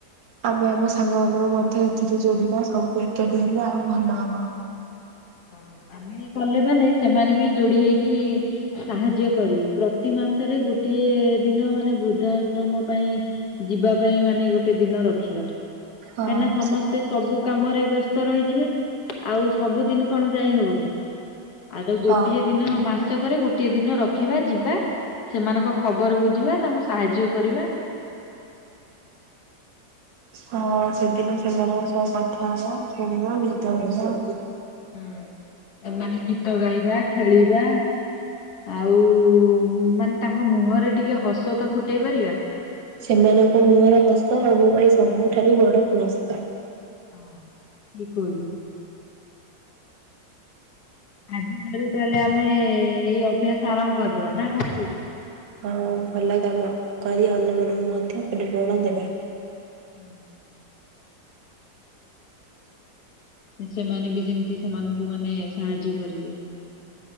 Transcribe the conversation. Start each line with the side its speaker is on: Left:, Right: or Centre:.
Right: ଆମେ ଆମ ସାଙ୍ଗମାନଙ୍କୁ ମ ଧ୍ୟ ଏଥିରେ ଯୋଡିବା ସବୁ ଏକାଠି ହେଲେ ଆହୁରି ଭଲ ହବ।
Left: ହଁ ଆମେ କଲେ ମାନେ ସେମାନେ ବି ଯୋଡି ହେଇକି ସାହାଯ୍ୟ କରିବେ ପ୍ରତି ମା ମାସରେ ଗୋଟିଏ ଦିନ ମାନେ ବୃଦ୍ଧାଶ୍ରମ ପାଇଁ ଯିବା ପାଇଁ ମାନେ ଗୋଟେ ଦିନ ରଖିବା।
Right: ହଁ
Left: କାହିଁକି ନା ସମସ୍ତେ
Right: ସେ
Left: ସବୁ କାମରେ ବ୍ୟସ୍ତ ରହିଯିବେ ଆଉ ସବୁଦିନ କଣ ଯାଇ ହବ କି ଆଉ ତ ଗୋଟିଏ
Right: ହଁ।
Left: ଦିନ ମାସକରେ ଗୋଟିଏ ଦିନ ରଖିବା ଯିବା ସେମାନଙ୍କ ଖବର ବୁଝିବା ତାଙ୍କୁ ସାହାଯ୍ୟ କରିବା।
Right: ହଁ ସେଦିନ ସେମାନଙ୍କ ସହ କଥା ହବା ଖେଳିବା ଗୀତ ଗାଇବା।
Left: ହୁଁ ଏମାନେ ଗୀତ ଗାଇବା ଖେଳିବା। ଆଉ ମାନେ ତାଙ୍କ ମୁହଁରେ ଟିକିଏ ହସ ତ ଫୁଟେଇ ପାରିବା।
Right: ସେମାନଙ୍କ ମୁହଁରେ ହସ ଆମ ପାଇଁ ସବୁଠାରୁ ବଡ଼ ପୁରସ୍କାର।
Left: <unintelligible> ଆଜିଠାରୁ ତାହେଲେ ଆମେ ଏଇ ଅଭ୍ୟାସ ଆରମ୍ଭ କରିଦବା ନା କଣ କହୁଛୁ।
Right: ହଁ ଭଲ କାମ କରି ଅନ୍ୟମାନଙ୍କୁ ମଧ୍ୟ ପ୍ରେରଣା ଦେବା
Left: <unintelligible> ସେମାନେ ବି ଯେମିତି ସେମାନଙ୍କୁ ମାନେ ସାହାଯ୍ୟ କରିବେ।